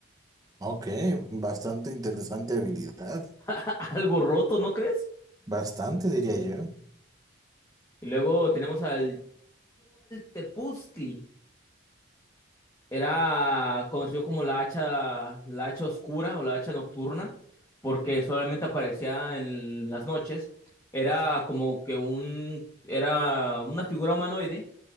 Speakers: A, on the right; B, on the left.
A: Ok, bastante interesante habilidad.
B: <laughs> Algo roto, ¿no crees?
A: Bastante, diría yo.
B: Y luego tenemos al Tepuztli Era conocido como la hacha, la hacha oscura o la hacha nocturna, porque solamente aparecía en las noches. Era como que un, era una figura humanoide